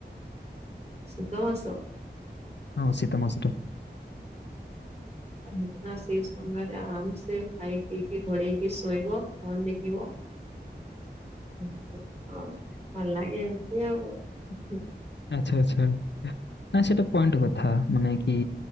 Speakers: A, on the right; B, on the left.
A: ଶୀତମାସ।
B: ହଁ ଶୀତମାସ ଟା।
A: କାହିଁକିନା ସେଇ ସମୟରେ ଆରାମ ସେ ଖାଇ ପିଇକି ଘୋଡେଇକି ଶୋଇବ। ଫୋନ ଦେଖିବ। ହଁ। ଭଲ ଲାଗେ ଏମିତି ଆଉ।
B: ଆଚ୍ଛା ଆଚ୍ଛା। ଆଚ୍ଛା ଏଟା ପଏଣ୍ଟ କଥା ମାନେ କି